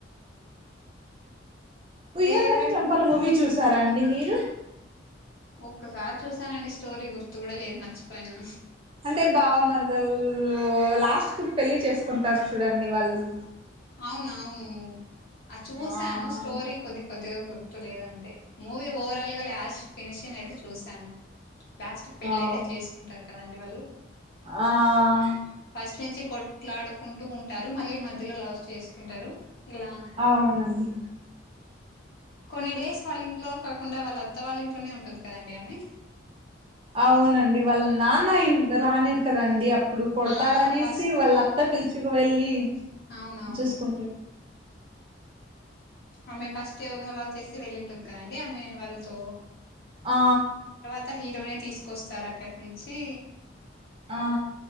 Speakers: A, on the right; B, on the left.
A: ఉయ్యలైన
B: ఫేవరెట్
A: చంపలైన మూవీ చూసారా అండి మీరు
B: ఒక్కసారి చూశానండి స్టోరీ గుర్తు కూడా లేదు మర్చిపోయినా
A: అంటే బావా మరదలు లాస్ట్ కు పెళ్లి చేసుకుంటారు చూడండి వాళ్ళు
B: అవునవును ఆ చూసాను
A: ఆ
B: స్టోరీ కొద్ది కొద్దిగా గుర్తు లేదంతే మూవీ ఓవరాల్ గా లాస్ట్ ఫినిషింగ్ అయితే చూశాను ప్లాస్టిక్ పెళ్ళయితే
A: అవ్
B: చేసుకుంటారు కదండి వాళ్ళు
A: ఆ
B: ఫస్ట్ నుంచి కొట్లాడుకుంటూ ఉంటారు మళ్ళీ మధ్యలో లవ్ చేసుకుంటారు లా
A: అవునండి
B: కొన్ని డేస్ వాళ్ళ ఇంట్లో కాకుండా వాళ్ళ అత్త వాళ్ళ ఇంట్లోనే ఉంటుంది కదండి ఆమె
A: అవునండి వాళ్ళు నాన్న ఇన్ రానిడు కదండి ప్పుడు కొడుతాడనేసి
B: ఆ ఫస్ట్
A: వాళ్ళత్తా
B: లో
A: పిలుచుకు వెళ్ళి
B: అవునవును
A: చూసుకుంటుంది
B: ఆమె ఫస్ట్ ఎవరినో లవ్ చేసింటే వెళ్ళి ఉంటుంది కదండి ఆమె వాళ్ళతో
A: ఆ
B: అ హీరోనే తీసుకొస్తారు అక్కడి నుంచి
A: ఆ